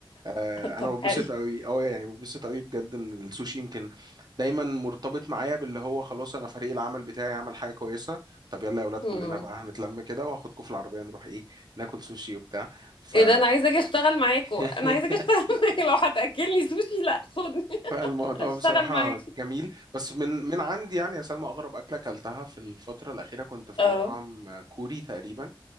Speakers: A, on the right; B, on the left.
A: آه
B: طب
A: انا ببسط
B: حلو
A: قوي اه يعني ببسط قوي بجد من السوشي يمكن دايما مرتبط معايا باللي هو خلاص انا فريق العمل بتاعي عمل حاجه كويسه طب يلا يا اولاد
B: مم.
A: كلنا بقى هنتلم كده وهاخدكم في العربيه نروح ايه ناكل سوشي وبتاع ف
B: ايه ده انا عايزه اجي اشتغل معاكو
A: <laughs>
B: انا عايزه اجي اشتغل <laughs> معاكو لو هتاكلني سوشي لا خدني
A: فالموضوع
B: <laughs> اشتغل
A: بصراحة
B: معاكو
A: جميل بس من من عندي يعني يا سلمى أغرب أكلة أكلتها في الفترة الأخيرة كنت في
B: اه
A: مطعم كوري تقريبا